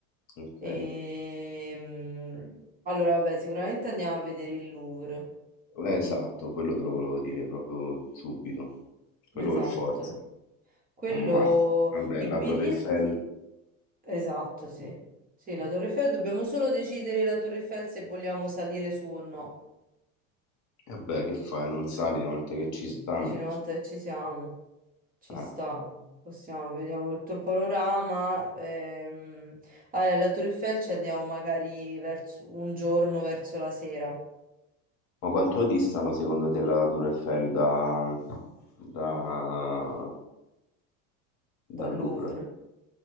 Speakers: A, on the left; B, on the right.
A: Ok.
B: Ehm, allora, vabbè, sicuramente andiamo a vedere il Louvre.
A: Eh, esatto, quello te lo volevo dire proprio subito.
B: Esatto.
A: Quello per forza.
B: Quello,
A: Un mal. Vabbè,
B: i
A: la
B: biglietti,
A: Torre Eiffel.
B: esatto, sì. Sì, la Torre Eiffel, dobbiamo solo decidere la Torre Eiffel se vogliamo salire su o no.
A: E beh, che fai? Non sali una volta che ci stiamo.
B: Dici una volta che ci siamo, ci
A: Eh.
B: sta, possiamo, vediamo tutto il panorama. ehm. Allora, la Torre Eiffel ci andiamo magari verso, un giorno verso la sera,
A: Ma quanto distano secondo te la Torre Eiffel da, da, dal
B: dal Louvre.
A: Louvre?